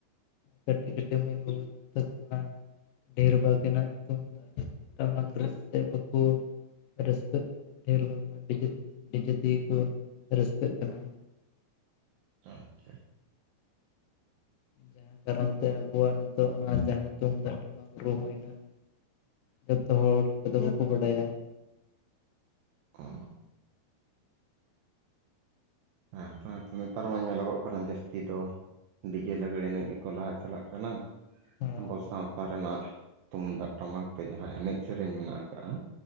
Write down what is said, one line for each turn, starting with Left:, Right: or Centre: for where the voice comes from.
Left: ᱠᱟᱹᱴᱤᱜ ᱠᱟᱹᱴᱤᱜ ᱢᱟᱹᱭ ᱵᱟᱵᱩ ᱛᱟᱠᱚᱣᱟᱜ ᱰᱮᱲ ᱵᱷᱟᱜᱽᱱᱟᱜ ᱛᱩᱢᱫᱟᱜ ᱴᱟᱢᱟᱠ ᱨᱟᱹᱥᱠᱟ. ᱵᱟᱹᱠᱩ ᱨᱟᱹᱥᱠᱟᱹᱜ ᱠᱟᱱᱟ ᱰᱷᱮᱨ ᱵᱟᱝᱢᱟ ᱰᱤᱡᱮ ᱰᱤᱡᱮ ᱛᱮᱜᱮ ᱠᱚ ᱨᱟᱹᱥᱠᱟᱹᱜ ᱠᱟᱱᱟ᱾
Right: ᱟᱪᱪᱷᱟ᱾
Left: ᱡᱟᱦᱟᱸ ᱠᱟᱨᱚᱱ ᱛᱮ ᱟᱵᱚᱣᱟᱜ ᱱᱤᱛᱚᱜ ᱚᱱᱟ ᱡᱟᱦᱟᱸ ᱛᱩᱢᱫᱟᱜ ᱴᱟᱢᱟᱠ ᱨᱩᱦᱚᱸ ᱤᱱᱟᱹᱜ ᱡᱚᱛᱚ ᱦᱚᱲ ᱞᱮᱠᱟ ᱫᱚ ᱵᱟᱠᱚ ᱵᱟᱰᱟᱭᱟ᱾
Right: ᱚ <unintelligible> ᱱᱮᱛᱟᱨ ᱢᱟ ᱧᱮᱞᱚᱜᱚᱜ ᱠᱟᱱᱟ ᱡᱟᱹᱥᱛᱤ ᱫᱚ ᱰᱤᱡᱮ ᱞᱟᱹᱜ, ᱮᱱᱮᱡ ᱜᱮᱠᱚ ᱞᱟᱦᱟ ᱪᱟᱞᱟᱜ ᱠᱟᱱᱟ
Left: ᱦᱳᱭ
Right: ᱟᱵᱚ ᱥᱟᱶᱛᱟ ᱨᱮᱱᱟᱜ ᱛᱩᱢᱫᱟᱜ ᱴᱟᱢᱟᱠ ᱛᱮ ᱡᱟᱦᱟᱸ ᱮᱱᱮᱡ ᱥᱮᱨᱮᱧ ᱢᱮᱱᱟᱜ ᱟᱠᱟᱜ-ᱟ